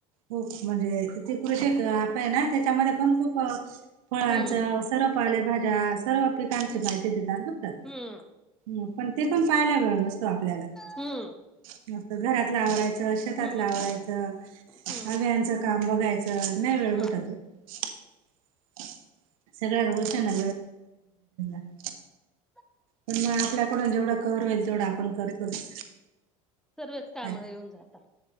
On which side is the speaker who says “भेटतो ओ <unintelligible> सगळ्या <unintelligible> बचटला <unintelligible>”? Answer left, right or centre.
Right